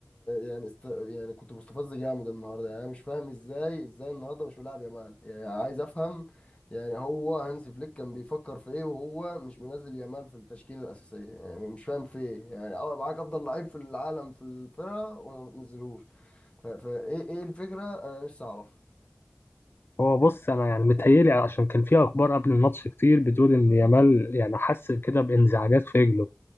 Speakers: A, on the left; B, on the left.
A: يعني است... يعني كنت مستفز جامد النهارده يعني انا مش فاهم ازاي ازاي النهارده مش ملاعب يامال يعني عايز افهم يعني هو هانز فليك كان بيفكر في ايه وهو مش منزل يامال في التشكيله الاساسيه يعني مش فاهم في ايه يعني اه معاك افضل لعيب في العالم في الفرقه وما بتنزلهوش ف... فايه ايه إيه الفكره انا نفسي اعرف
B: هو بص انا يعني متهيألي عشان كان في اخبار قبل الماتش كتير بتقول ان يامال يعني حس كده بانزعاجات في رجله